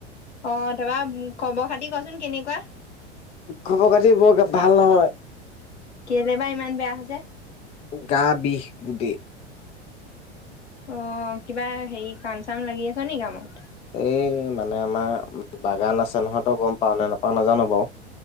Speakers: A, on the left; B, on the left.
A: অ' তাৰপা খবৰ-খাতি কচোন কেনেকুৱা?
B: খবৰ-খাতি বৰকে ভাল নহয়।
A: কেলে বা ইমান বেয়া হৈছে?
B: গা বিষ গোটেই
A: অ' কিবা হেৰি কাম-চাম লাগি আছ নি কামত?
B: এই মানে আমাৰ বাগান আছে নহয়, তই গম পাৱ নে নাপাৱ নাজানো বাৰু।